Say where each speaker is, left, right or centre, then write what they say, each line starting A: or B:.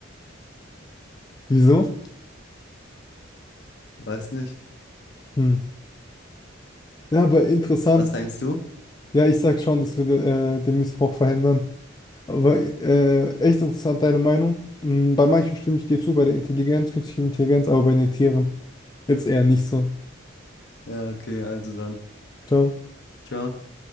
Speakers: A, on the left; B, on the left.
A: Wieso?
B: Weiß nicht.
A: Hm. Ja, aber interessant.
B: Was denkst du?
A: Ja, ich sag schon, dass wir de, äh, den Missbrauch verhindern. Aber äh, echt interessant, deine Meinung. Hm, bei manchen stimme ich dir zu, bei der Intelligenz, künstlichen Intelligenz, aber bei den Tieren jetzt eher nicht so.
B: Ja, okay, also dann.
A: Ciao.
B: Ciao.